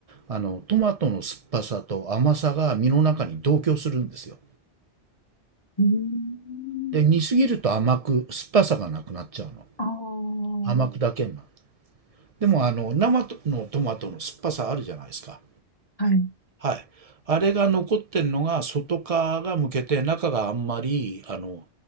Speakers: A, on the right (about 40°); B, on the left (about 25°).
A: あの、トマトの酸っぱさと甘さが身の中に同居するんですよ。
B: うーん。
A: で、煮すぎると甘く、酸っぱさがなくなっちゃうの。
B: ああ、
A: 甘くだけになる。でも、あの、生のトマトの酸っぱさあるじゃないですか。
B: はい。
A: はい。あれが残ってるのが、外側が剥けて、中があんまり、あの、